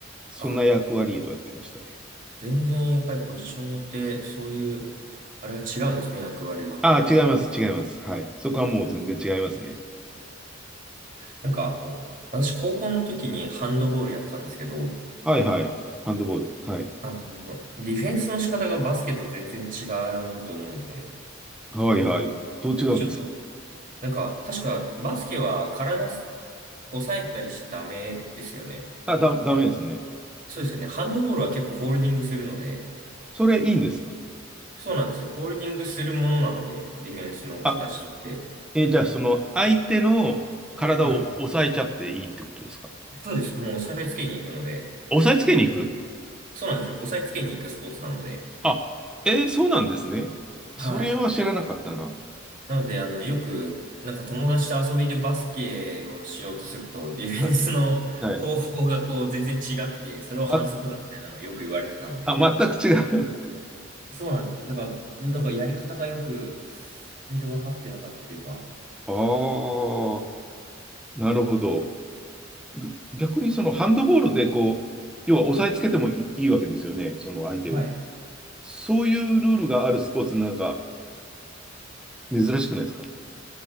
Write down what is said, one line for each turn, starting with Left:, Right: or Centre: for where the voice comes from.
Centre: そんな役割をやってましたね。
Right: あ全然やっぱりポジションによってそういう、あれが違うんですね、役割が、
Centre: ああ、
Right: 本当に。
Centre: 違います、違います。はい。そこはもう全然違いますね。
Right: なんか、私高校の時にハンドボールやってたんですけど、
Centre: はいはい。ハンドボール。はい。
Right: あの、ディフェンスの仕方がバスケと全然違うと思うんですね。
Centre: はいはい。どう違うんですか
Right: それでちょっと、なんか、確かバスケは体す抑えたりしちゃダメですよね。
Centre: あ、だ、ダメですね。
Right: そうですよね。ハンドボールは結構ホールディングするので、
Centre: それいいんですか
Right: そうなんですよ。ホールディングするものなので、ディフェンスの形として。
Centre: あ、えーじゃあその相手の体を押さえちゃっていいってことですか
Right: はい。そうです。もう押さえつけに行くので、
Centre: 押さえつけに行く
Right: そうなんですよ。押さえつけに行くスポーツなので。
Centre: あ、えーそうなんですね。それは知らなかったな。
Right: はい。なので、あの、よく、なんか友達と遊びでバスケをしようとすると、ディフェンスの方法がこう全然違くて、
Centre: はい。はい。
Right: それを反則だみたいなのをよく言われてたので。
Centre: ま、あ、全く違う。
Right: そうなんです。だから、なんかやり方がよく、全然分かってなかったというか。
Centre: <laughs> ああ、なるほど。ぐ逆にそのハンドボールでこう、要は押さえつけてもいい、いいわけですよね、その相手を。
Right: はい。
Centre: そういうルールがあるスポーツなんか珍しくないですか